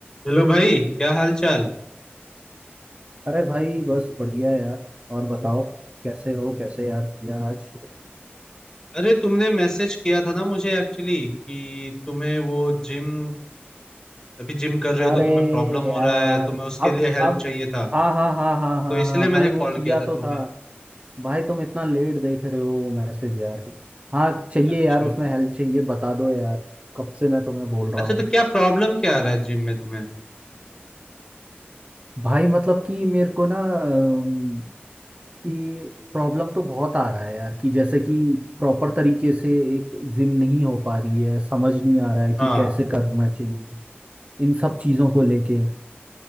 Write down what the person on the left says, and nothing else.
Hello भाई क्या हाल चाल
अरे तुमने मैसेज किया था ना मुझे एक्चुअली कि तुम्हें वो जिम अभी जिम कर रहे
हो तो तुम्हें प्रॉब्लम
हो रहा है तुम्हें उसके
लिए हेल्प
चाहिए था
तो इसलिए
मैंने
कॉल
किया था
तुम्हें
अच्छा
अच्छा
तो क्या प्रॉब्लम क्या आ रहा है जिम में तुम्हें
हाँ